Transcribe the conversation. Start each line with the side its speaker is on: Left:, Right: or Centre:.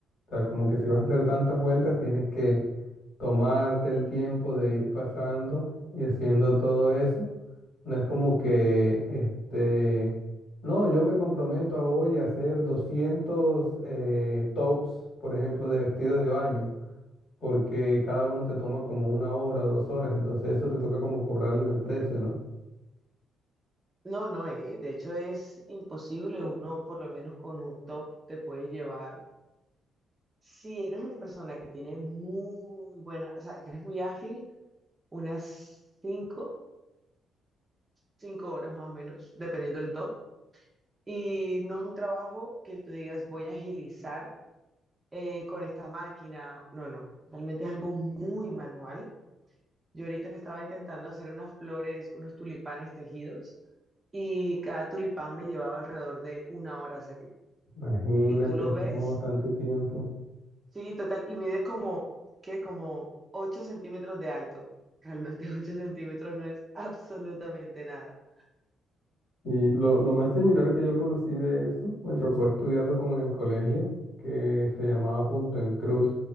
Left: O sea, como que si vas a hacer tantas vueltas, tienes que tomarte el tiempo de ir pasando y haciendo todo eso. No es como que, este, no, yo me comprometo a hoy a hacer 200 eh, tops, por ejemplo, de vestido de baño, porque cada uno te toma como una hora o dos horas, entonces eso te toca como cobrarlo en el precio, ¿no?
Right: No, no, eh, de hecho es imposible. Uno, por lo menos con un top, te puedes llevar. Si eres una persona que tiene muy buena, o sea, que eres muy ágil, unas cinco, 5 horas más o menos, dependiendo del top. Y no es un trabajo que tú digas, voy a agilizar eh, con esta máquina. No, no, realmente es algo muy manual. Yo ahorita estaba intentando hacer unas flores, unos tulipanes tejidos, y cada tulipán me llevaba alrededor de una hora hacerlo.
Left: Imagínate,
Right: Y tú lo
Left: eso
Right: ves,
Left: tomó bastante tiempo.
Right: sí, total, y mide como, ¿qué? Como 8 centímetros de alto. Realmente <laughs> 8 centímetros no es absolutamente nada.
Left: Y lo, lo más similar que yo conocí de eso, me tocó estudiarlo como en el colegio, que se llamaba punto en cruz,